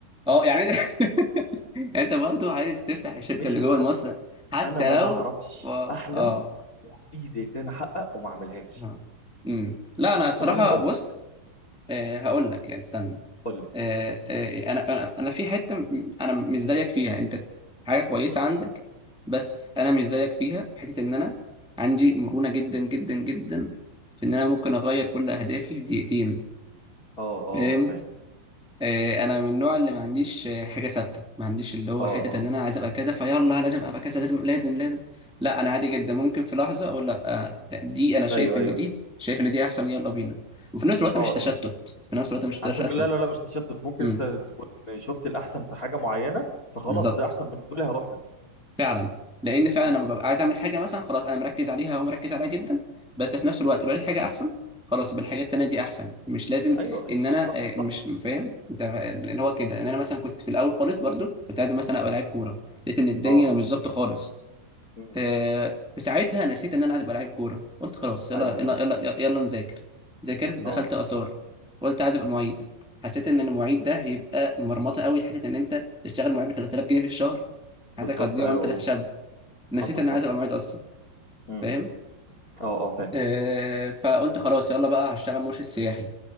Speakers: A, in the centre; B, on the left (about 25°).
A: اه يعني <laughs> يعني انت برضو عايز
B: مش ه-
A: تفتح الشركه
B: مش
A: اللي
B: هتخلى
A: جوه مصر حتى
B: انا ما بعرفش
A: لو و...
B: احلم
A: اه
B: وفي ايدي ان انا احقق وما اعملهاش
A: اه. امم لا انا الصراحه
B: طب انا هقول
A: بص
B: لك
A: آه هقول لك يعني استنى
B: قول لي
A: آه آه انا انا انا في حته م- انا مش زيك فيها انت حاجه كويسه عندك بس انا مش زيك فيها في حته ان انا عندي مرونه جدا جدا جدا في ان انا ممكن اغير كل اهدافي في دقيقتين
B: اه اه
A: فاهم
B: فاهم
A: آه، انا من النوع اللي ما عنديش آه، حاجه ثابته ما عنديش اللي هو
B: اه
A: حته
B: اه
A: ان انا عايز ابقى كذا فيلا لازم ابقى كذا لازم لازم لازم لا انا عادي جدا ممكن في لحظه اقول لا آه، دي انا شايف
B: ايوه
A: ان
B: ايوه
A: دي شايف ان دي احسن يلا بينا وفي نفس الوقت
B: اه
A: مش تشتت في نفس الوقت مش تشتت
B: على فكرة لا لا لا مش تشتت ممكن
A: امم
B: انت تكون شفت الأحسن في حاجة معينة فخلاص
A: بالظبط
B: ده أحسن بالنسبة لي هروح له
A: فعلا لان فعلا
B: م.
A: لما ببقى عايز اعمل حاجه مثلا خلاص انا مركز عليها ومركز عليها جدا بس في نفس الوقت لو لقيت حاجه احسن خلاص يبقى الحاجه التانيه دي احسن مش لازم
B: أيوه أيوه
A: ان انا
B: صح
A: آه،
B: صح
A: مش فاهم انت اللي هو كده ان انا مثلا كنت في الاول خالص برضو كنت عايز مثلا ابقى لعيب كوره لقيت ان الدنيا
B: أه
A: مش ظابطه خالص
B: م- م.
A: آه، في ساعتها نسيت ان انا عايز ابقى لعيب كوره قلت خلاص يلا
B: أيوه فهمت
A: يلا يلا يلا نذاكر ذاكرت دخلت
B: أه
A: اثار قلت عايز ابقى معيد
B: م.
A: حسيت ان المعيد ده هيبقى مرمطه قوي لحته ان انت تشتغل معيد ب 3000 جنيه في الشهر
B: بالظبط
A: حياتك هتضيع
B: أيوه
A: وانت لسه شاب نسيت
B: حصل
A: ان
B: حصل
A: عايز ابقى معيد اصلا
B: م.
A: فاهم
B: أه أه فاهم
A: آه فقلت خلاص يلا بقى هشتغل مرشد سياحي